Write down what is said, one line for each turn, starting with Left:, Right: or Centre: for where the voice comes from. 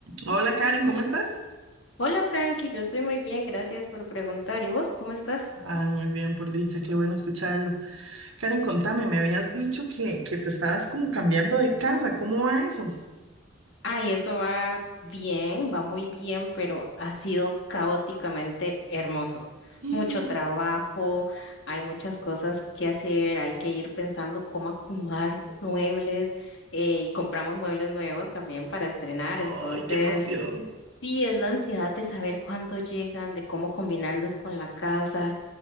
Right: Hola Karen, ¿cómo estás?
Left: Hola Frankie, yo estoy muy bien, gracias por preguntar. ¿Y vos cómo estás?
Right: Ay, muy bien, por dicha, qué bueno escucharlo. Karen, contame, me habías dicho que, que te estabas como cambiando de casa, ¿cómo va eso?
Left: Ay, eso va bien, va muy bien, pero ha sido caóticamente hermoso.
Right: Mm.
Left: Mucho trabajo, hay muchas cosas que hacer, hay que ir pensando cómo acomodar <laughs> muebles eh, y compramos muebles nuevos también para estrenar.
Right: Ay,
Left: Entonces,
Right: qué emoción.
Left: sí, es la ansiedad de saber cuándo llegan, de cómo combinarlos con la casa,